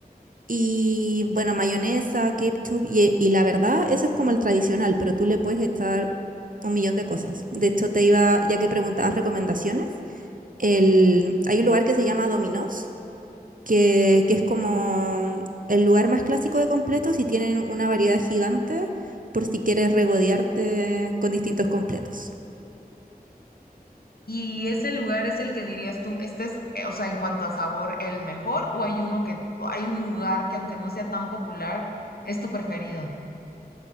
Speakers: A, on the right; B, on the left.
A: y, bueno, mayonesa, ketchup. Y, y la verdad, eso es como el tradicional, pero tú le puedes echar un millón de cosas. De hecho, te iba, ya que preguntabas recomendaciones, el, hay un lugar que se llama Dominós que, que es como el lugar más clásico de completos y tienen una variedad gigante por si quieres regodearte con distintos completos.
B: ¿Y ese lugar es el que dirías tú, este es, eh, o sea, en cuanto a sabor, el mejor? ¿O hay uno que, o hay un lugar que aunque no sea tan popular, es tu preferido?